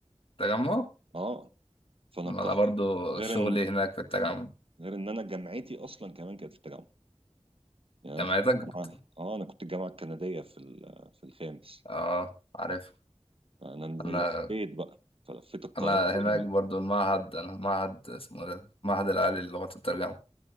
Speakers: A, on the left (about 55°); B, on the right (about 55°).
A: تجمع
B: آه فأنا
A: انا
B: القاهرة
A: برضو
B: غير
A: شغلي
B: إن
A: هناك في التجمع
B: غير إن أنا جامعتي أصلا كمان كانت في التجمع يعني انا
A: جامعتك
B: كنت الجامعه
A: بت...
B: اه انا كنت الجامعه الكنديه في ال- في الخامس
A: اه عارف
B: انا
A: انا
B: لفيت بقى فلفيت القاهره
A: انا
B: كامله
A: هناك برضو المعهد انا في معهد اسمه إيه ده المعهد العالي للغة والترجمة